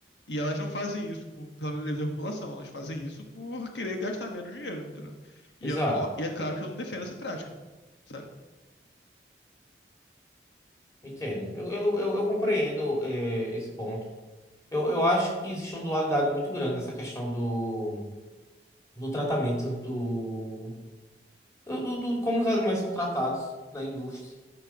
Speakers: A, on the left (about 85°); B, on the left (about 20°).
A: E elas não fazem isso por, pela melhoria da população, elas fazem isso por querer gastar menos dinheiro, entendeu? E,
B: exato.
A: eu- ó, e é claro que eu não defendo essa prática, sabe?
B: Entendo. Eu, eu, eu, eu compreendo eh, esse ponto. Eu, eu acho que existe uma dualidade muito grande nessa questão do, do tratamento do, do, do- do- como os animais são tratados na indústria.